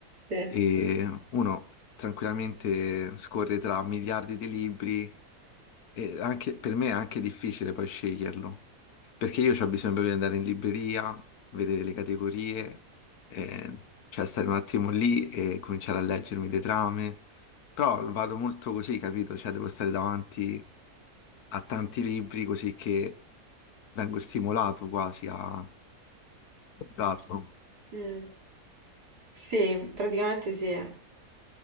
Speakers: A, on the right; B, on the left.
A: Sì. Eh,
B: e uno tranquillamente scorre tra miliardi di libri E anche, per me è anche difficile poi sceglierlo, perché io ho bisogno di andare in libreria, vedere le categorie, eh, cioè stare un attimo lì e cominciare a leggermi le trame, però vado molto così, capito? Cioè devo stare davanti a tanti libri così che vengo stimolato quasi a, a comprarlo.
A: Mm. Sì, praticamente sì. E